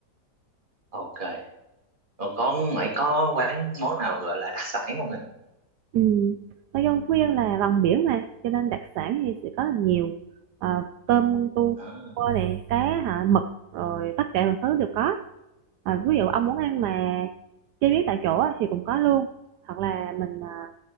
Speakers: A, on the right (about 30°); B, on the right (about 75°).
A: ok rồi con mày có quán món nào gọi là đặc sản không nè
B: Ừ. Ở Dân Phú là gần biển mà cho nên đặc sản thì sẽ có là nhiều Ờ, tôm tu
A: đó
B: cua nè cá hả mực rồi tất cả mọi thứ đều có Ờ, ví dụ ông muốn ăn mà chế biến tại chỗ á, thì cũng có luôn hoặc là mình à,